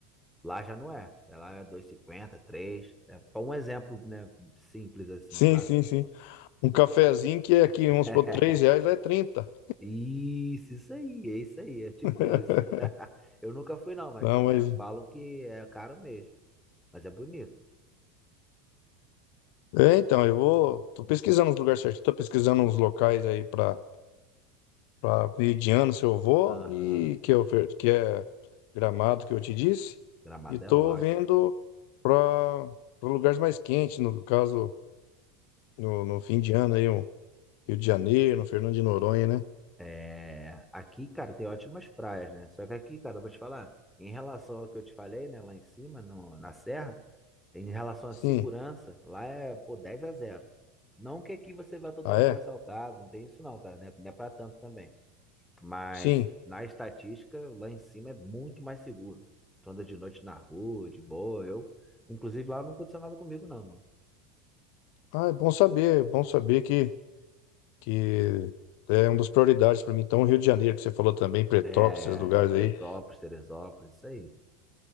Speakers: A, in the centre; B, on the left.
A: Lá já não é. né? Lá é dois e cinquenta, três, É para um exemplo, né? Simples assim,
B: Sim,
A: claro.
B: sim, sim. Um cafezinho que é aqui, vamos
A: <laughs>
B: supor, 3 reais, lá é 30.
A: Isso, isso aí, é isso aí, é tipo
B: <laughs>
A: isso. <laughs> Eu nunca fui não, mas,
B: Não,
A: né,
B: mas.
A: falam que é caro mesmo, mas é bonito.
B: É, então, eu vou. Tô pesquisando os lugares certinhos, tô pesquisando uns locais aí pra. para Meridiano, seu avô,
A: Aham,
B: e que é, o que é Gramado que eu te disse.
A: Gramado
B: E tô
A: é ótimo.
B: vendo para lugares mais quentes, no caso, no, no fim de ano aí, um Rio de Janeiro, um Fernando de Noronha, né?
A: É, aqui, cara, tem ótimas praias, né? Só que aqui, cara, eu vou te falar, em relação ao que eu te falei, né, lá em cima, no, na serra, Em relação
B: Sim.
A: à segurança, lá é, pô, 10 a zero. Não que aqui você vá toda
B: Ah,
A: hora
B: é?
A: ser assaltado, não tem isso não, tá? Não é, não é pra tanto também. Mas
B: Sim.
A: na estatística, lá em cima é muito mais seguro. Tu anda de noite na rua, de boa. Eu, inclusive, lá não aconteceu nada comigo, não, mano.
B: Ah, é bom saber, é bom saber que, que é uma das prioridades para mim. Então, o Rio de Janeiro, que você falou também, Pretópolis,
A: É, é
B: esses lugares
A: é Petrópolis,
B: aí,
A: Teresópolis, isso aí.